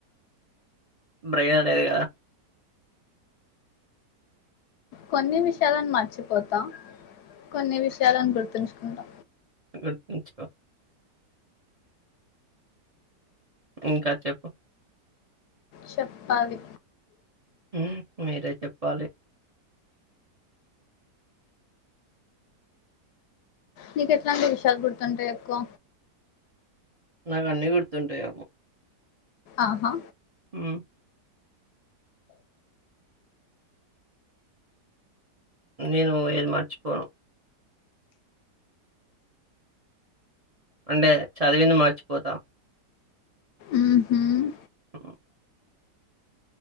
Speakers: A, on the right; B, on the left.
A: బయం లేదు కదా
B: కొన్ని విషయాలను మర్చిపోతా కొన్ని విషయాలను గుర్తుంచుకుంటా
A: గర్తించుకో ఇంకా చెప్పు
B: చెప్పలీ
A: మ్ మీరే చెప్పాలి
B: నీకు ఎట్లాంటి విషయాలు గుడుతుంటాయి ఎక్కువ
A: నాకు అన్నీ గుర్తుంటాయ్
B: ఆహా
A: మ్ నేను ఏది మర్చిపోను అంటే చదివింది మర్చిపోతా
B: ఆహ
A: హ్మ్.